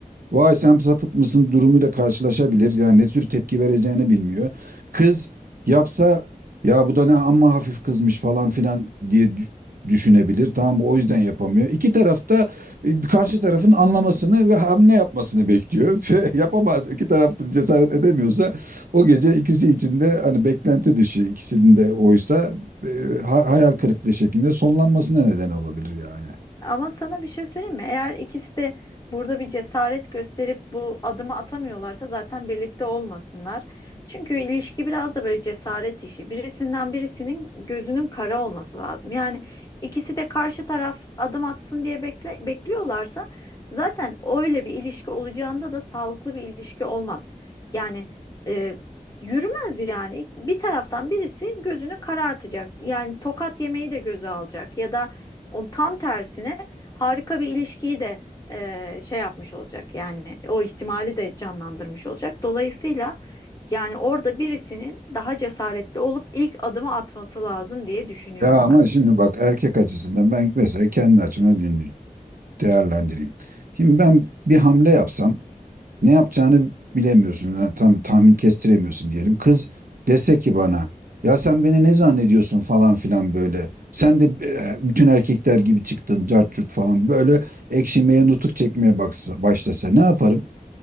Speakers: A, on the right (about 80°); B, on the left (about 25°).
A: Vay sen sapık mısın durumuyla karşılaşabilir. Yani ne tür tepki vereceğini bilmiyor. Kız yapsa ya bu da ne amma hafif kızmış falan filan diye dü- düşünebilir. Tamam mı? o yüzden yapamıyor. İki tarafta karşı tarafın anlamasını ve hamle yapmasını bekliyor. <laughs> Şey, yapamaz. İki tarafta cesaret edemiyorsa o gece ikisi içinde hani beklenti dışı ikisinin de oysa e, ha- hayal kırıklığı şeklinde sonlanmasına neden olabilir yani.
B: Ama sana bir şey söyleyeyim mi? Eğer ikisi de burada bir cesaret gösterip bu adımı atamıyorlarsa zaten birlikte olmasınlar. Çünkü ilişki biraz da böyle cesaret işi. Birisinden birisinin gözünün kara olması lazım. Yani ikisi de karşı taraf adım atsın diye bekle, bekliyorlarsa zaten öyle bir ilişki olacağında da sağlıklı bir ilişki olmaz. Yani e, yürümez yani. Bir taraftan birisi gözünü karartacak. Yani tokat yemeyi de göze alacak ya da o tam tersine harika bir ilişkiyi de e, şey yapmış olacak yani o ihtimali de canlandırmış olacak. Dolayısıyla yani orada birisinin daha cesaretli olup ilk adımı atması lazım diye düşünüyorum
A: Ya ama
B: ben.
A: şimdi bak erkek açısından ben mesela kendi açımdan dinliyorum. değerlendireyim. Şimdi ben bir hamle yapsam ne yapacağını bilemiyorsun. Yani tam tahmin kestiremiyorsun diyelim. Kız dese ki bana ya sen beni ne zannediyorsun falan filan böyle. Sen de e, bütün erkekler gibi çıktın cart curt falan böyle ekşimeye nutuk çekmeye baksa, başlasa ne yaparım?